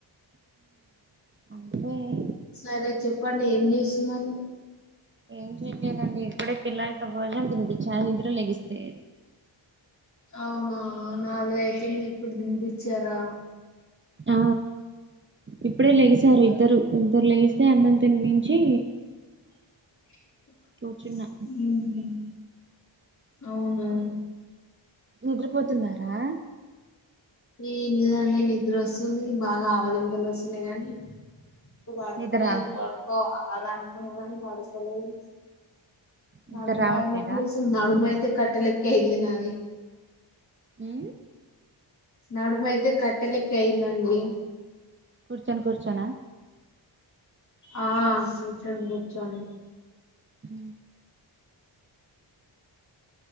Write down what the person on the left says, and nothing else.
సరే చెప్పండి ఏం చేస్తున్నారు
అవునా నాకు తెలియదు ఇప్పుడు తినిపించారా
<inaudible>
హమ్ అవునా
ఈ ఏంటిదండి నిద్ర వస్తుంది బాగా ఆవలింతలు వస్తున్నాయి. గాని ఇప్పు పడుకోలేదు
పడుకో అలానకు పడుకోలేదు
నడుము అయితే
బాగా నొప్పి లేస్తుంది. నడుము అయితే కట్టలెక్కే అయింది నాది.
నడుము అయితే కట్టెలెక్కే అయ్యిందండి.
ఆ కూర్చొని కూర్చొని